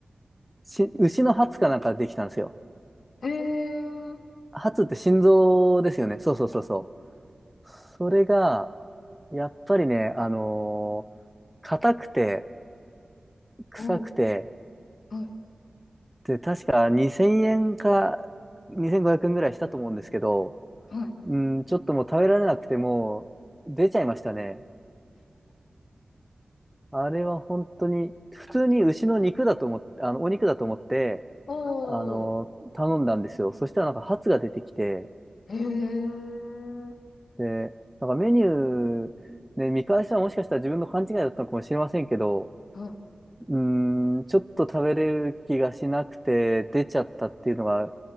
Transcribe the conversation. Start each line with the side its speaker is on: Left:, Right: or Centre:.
Centre: し牛のハツかなんかできたんですよ。
Left: えー、えー
Centre: ハツって心臓ですよね。そうそうそうそう。それが、やっぱりね、あの、硬くて、
Left: おー、
Centre: 臭くて、
Left: はい、
Centre: で、確か2000円か2500円ぐらいしたと思うんですけど、
Left: はい。
Centre: うん、ちょっともう食べられなくてもう出ちゃいましたね。あれは本当に、普通に牛の肉だと思ってあの、お肉だと思って、
Left: お
Centre: あの、
Left: ー、
Centre: 頼んだんですよ。そしたらなんかハツが出てきて、
Left: へー、
Centre: で、なんかメニュー、ね、見返したらもしかしたら自分の勘違いだったのかもしれませんけど、
Left: は
Centre: うーん、ちょっと食べれる気がしなくて出ちゃったっていうのが、